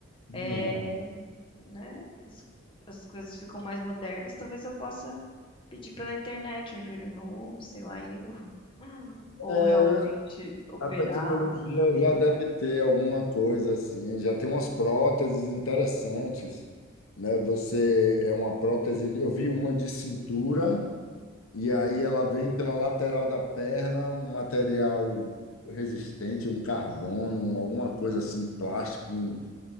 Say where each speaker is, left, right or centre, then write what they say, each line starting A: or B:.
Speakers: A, on the left (about 85°); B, on the left (about 25°).
A: não.
B: é, né, as, as coisas ficam mais modernas. Talvez eu possa pedir pela internet um joelho novo, sei lá, eu. <laughs> Ou
A: É,
B: realmente operar
A: A tecnologia
B: futuramente.
A: já deve ter alguma coisa assim, já tem umas próteses interessantes, né? Você é uma prótese, de- eu vi uma de cintura e aí ela vem pela lateral da perna, um material resistente, um carbono, um- alguma coisa assim, plástico, um,